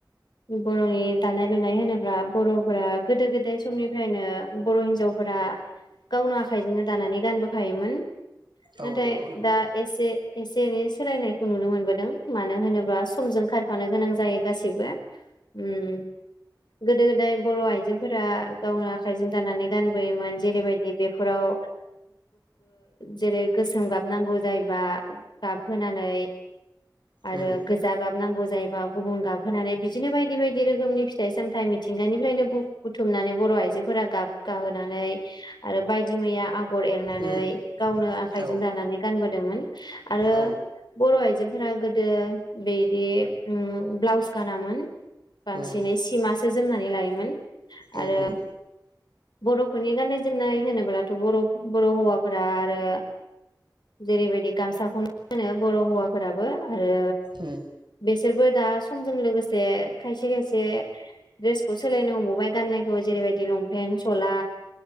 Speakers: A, on the left (about 75°); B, on the right (about 85°).
A: बर'नि दानाय लुनाय होनोब्ला बर'फोरा गोदो गोदाय समनिफ्रायनो बर' हिनजावफोरा गावनो आखाइजोंनो दानानै दानबोखायोमोन नाथाय
B: औ नंगौ नंगौ
A: दा एसे जेरै सोलायनायखौ नुनो मोन दों मानो होनोब्ला समजों खारफानो गोनां जायो गासिबो उम गोदो गोदाय बर' आइजो फोरा गावनो आखाइजों दानानै गानबोयोमोन जेरैबायदि बेफोराव जेरै गोसोम गाबनांगौ जायोबा गाबहोनै आरो
B: उम
A: गोजा गाब नांगौ जायोबा गुबुन गाबहोनानै बिदिनो बायदि बायदि रोखोमनि फिथाइ सामथाइ मिथिंगानिफ्रायनो बुथुमनानै बर' आइजोफोरा गाबगाहोनानै आरो बायदि मैया आ गर एरनानै
B: उम
A: गावनो आखाइजों
B: औ
A: दानानै गानबोदोंमोन आरो
B: औ
A: बर' आइजोफोरा गोदो बिदि उम ब्लावस गानामोन बांसिनै
B: उम
A: सिमासो जोमनानै लायोमोन आरो।
B: उम उम
A: बर'फोरनि गाननाय जोमनाय होनोब्लाथ' बर' बर' हौवाफोरा आरो जेरैबायदि गामसाखौनो गानो बर' हौवाफोराबो आरो
B: उम
A: बे बिसोरबो दा समजों लोगोसे खायसे खायसे द्रेसखौ सोलायनो हमबावबाय गाननायखौ जेरैबायदि लंपेन्ट सला